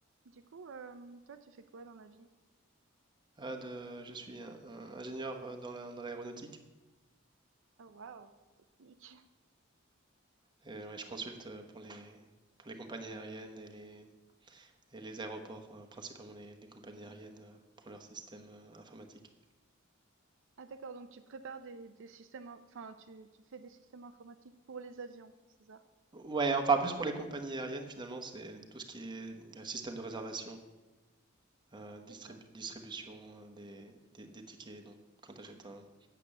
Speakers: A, on the right (about 65°); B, on the right (about 20°).
A: Du coup, hem, toi, tu fais quoi dans la vie?
B: Ah, de, je suis un- un ingénieur euh, dans la- dans l'aéronautique
A: Oh waouh, technique.
B: et ouais, je consulte euh, pour les, pour les compagnies aériennes et les, et les aéroports, euh, principalement les, les compagnies aériennes euh, pour leur système euh, informatique.
A: Ah d'accord, donc tu prépares des des systèmes in enfin tu tu fais des systèmes informatiques pour les avions, c'est ça?
B: Ouais, enfin plus pour les compagnies aériennes finalement, c'est tout ce qui est euh, système de réservation, euh, distrib-
A: D'accord.
B: distribution euh, des, des- des tickets. Donc quand tu achètes un,